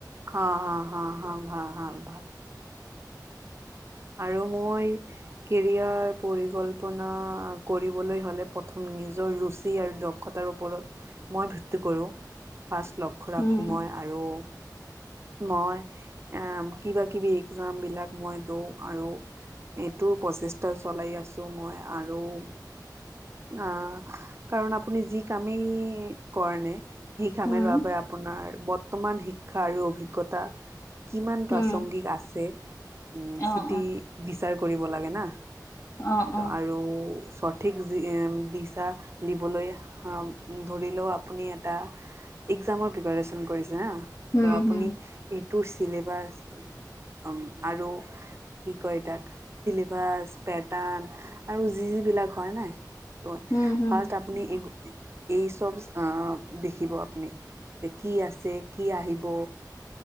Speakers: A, on the right (about 35°); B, on the left (about 45°).
A: হ হা হা হা ভাল ভাল ভাল। আৰু মই কেৰিয়াৰ পৰিকল্পনা কৰিবলৈ হ'লে প্ৰথম নিজৰ ৰুচি আৰু দ দক্ষতাৰ ওপৰত মই ভিত্তি কৰোঁ, ফাৰ্ষ্ট লক্ষ্য ৰাখোঁ
B: উম
A: মই আৰু মই এ কিবা কিবি এক্সামবিলাক মই দিওঁ আৰু সেইটো প্ৰচেষ্টা চলাই আছোঁ। মই আৰু- অ' কাৰণ আপুনি যি কামেই কৰে নে সেই কামেৰ
B: উম
A: বাবে আপোনাৰ বৰ্তমান শিক্ষা আৰু অভিজ্ঞতা কিমান
B: উম
A: প্ৰাসংগিক আছে উ
B: অ
A: চিটি
B: অ
A: বিচাৰ কৰিব লাগে না।
B: অ
A: ত'
B: অ
A: আৰু - সঠিক দিচা দিবলৈ অ' ধৰিলেও আপুনি এটা এক্সাম প্ৰিপৰেচন কৰিছে হা ত'
B: উম
A: আপুনি
B: হম
A: এইটো চিলেবাছ অঁ আৰু কি কয় তাক, চিলিভাছ, পেটাৰ্ণ আৰু যি যিবিলাক হয় নাই হয়
B: উম হম
A: ফাৰ্ষ্ট আপুনি এই চ'ব আহ' দেখিব আপুনি যে কি আছে কি আহিব।